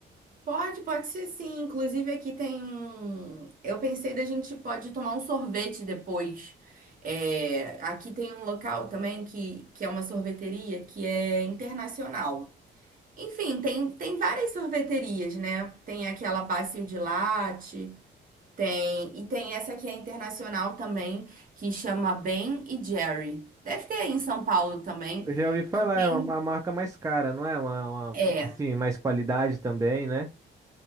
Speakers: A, on the right; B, on the right.
A: Pode, pode ser sim. Inclusive aqui tem um. Eu pensei da gente pode tomar um sorvete depois. É, Aqui tem um local também que, que é uma sorveteria que é internacional. Enfim, tem, tem várias sorveterias, né? Tem aquela Bacio de Latte, tem e tem essa que é internacional também, que chama Ben e Jerry. Deve ter aí em São Paulo também,
B: Eu já ouvi falar,
A: que tem,
B: é uma uma marca mais cara, não é? Uma, uma,
A: é.
B: assim, mais qualidade também, né?